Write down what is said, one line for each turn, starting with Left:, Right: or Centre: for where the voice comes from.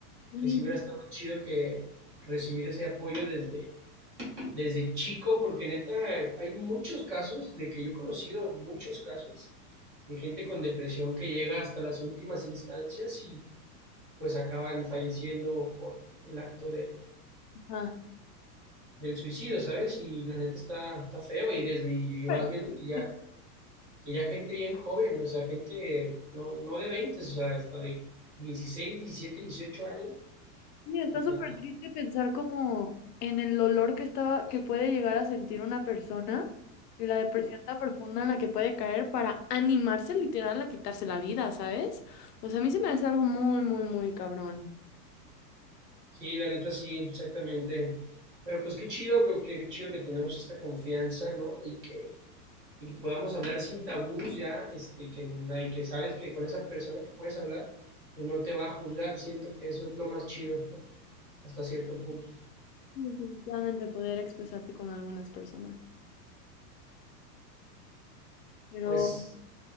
Left: Sí.
Right: que sí hubiera estado chido que recibir ese apoyo desde, desde chico, porque neta hay muchos casos de que yo he conocido muchos casos de gente con depresión que llega hasta las últimas instancias y pues acaban falleciendo por el acto de,
Left: Ah.
Right: del suicidio, ¿sabes? Y la neta está, está feo y desde y vas
Left: Pero
Right: viendo
Left: sí,
Right: que ya, que ya gente bien joven, o sea, gente no, no de veinte o sea, hasta de dieciséis diecisiete dieciocho años,
Left: Y está
Right: ya,
Left: súper triste pensar como en el dolor que estaba, que puede llegar a sentir una persona y la depresión tan profunda en la que puede caer para animarse literal a quitarse la vida, ¿sabes? O sea, a mí se me hace algo muy, muy, muy cabrón.
Right: Sí, la neta sí, exactamente. Pero pues qué chido, que- que- qué chido que tenemos esta confianza, ¿no? Y que, y que podamos hablar sin tabús ya, este, que, nadie- que sabes que con esa persona que puedes hablar, pues no te va a juzgar. Siento que eso es lo más chido, ¿no? Hasta cierto punto.
Left: Sí, Definitivamente poder expresarte con algunas personas. Pero,
Right: Pues,